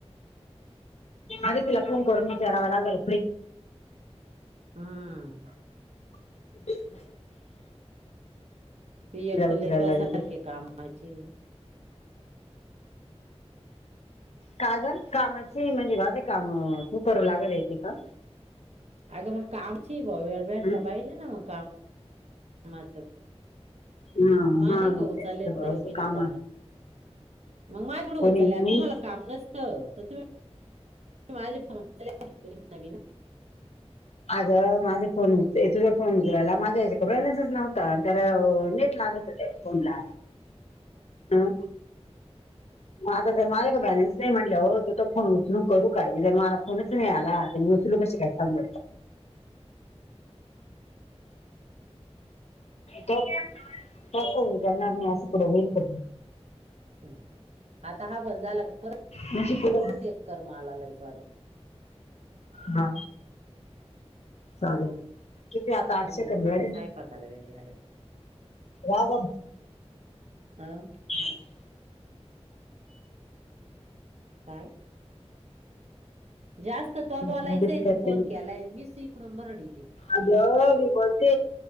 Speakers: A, on the left; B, on the right.
A: आधी तिला फोन करुन विचारावं लागेल
B: हम्म
A: हम्
B: त एकत
A: विचारायला
B: लता सारखे
A: येते
B: कामाचे <unintelligible>
A: का ग कामाची म्हणजे, माझं काम तू करू लागल येते का?
B: अगं मग कामची, ब वेळ भेटला
A: हं?
B: पाहिजे ना मग काम म
A: हा
B: मा
A: हा
B: नाही
A: मग
B: का उ
A: तेच
B: चालेच
A: तर,
B: नाही
A: असं
B: दोघीनी
A: काम
B: पण <unintelligible> मग माझ्याकडं
A: कोणी
B: उचलले,
A: मी
B: तुम्हाला काम नसतं तर तुम्ही माझे फोन वी ना
A: आग माझे फोनच तुझा फोन विचरायला माझ्या याच्या बॅलन्सच नव्हता त्याला नेट गत हो फोनला अम ग आता तर मला का बॅलेन्स नाही म्हटलं हो तू त फोन उचलून करू काय जर मला फोनच नाही आला ल क काय सांग तप जणारार नाही हस कड हड क
B: हम् आता हा बण झाला का परत
A: म्हणजे पुढं
B: परत एक कर मला लच वाज
A: हा चालेल किती आता आठशे
B: म्हणजे मग
A: कर
B: मला स्वयंपाकाला वेळ लागला
A: राबा
B: हम
A: ह
B: काय जास्त तो
A: लगेच
B: बलायचंय
A: करते
B: तू फोन केलाय मीस इकडून बरड येते
A: अग मी बोलते